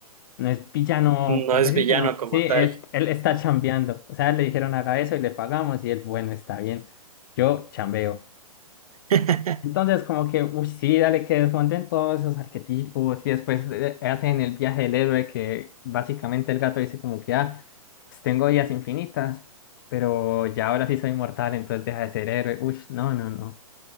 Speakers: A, on the left (about 35°); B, on the right (about 75°).
A: no es villano,
B: no
A: porque
B: es
A: sí,
B: villano
A: sino,
B: como
A: sí, es,
B: tal.
A: él está chambeando. O sea, le dijeron haga eso y le pagamos y él, bueno, está bien, yo chambeo.
B: <laughs>
A: Entonces, como que, uy, sí, dale, que desmonten todos esos arquetipos y después eh, hacen el viaje del héroe que básicamente el gato dice como que, ah, pues tengo vidas infinitas, pero ya ahora sí soy mortal, entonces deja de ser héroe. Uy, no, no, no.